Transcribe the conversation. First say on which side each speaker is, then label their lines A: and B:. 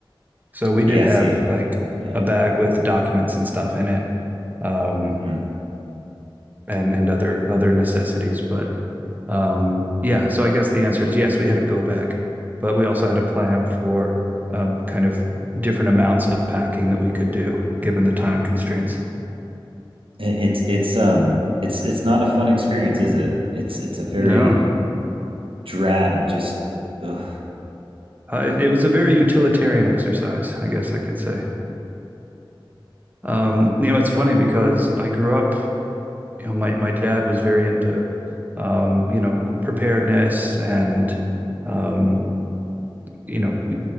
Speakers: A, on the right; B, on the right.
A: So we
B: Okay,
A: did
B: yeah,
A: have
B: see.
A: like
B: Yeah.
A: a bag with documents and stuff in it, um,
B: hmm
A: and and other other necessities. But um, yeah, so I guess the answer is yes, we had a go bag, but we also had a plan for um, kind of different amounts of packing that we could do given the time constraints.
B: It, it's it's um it's it's not a fun experience, is it? It's it's a very
A: No,
B: drab, just ugh,
A: uh, it, it was a very utilitarian exercise, I guess I could say. Um, you know, it's funny because I grew up you know, my my dad was very into um, you know, preparedness and um, you know,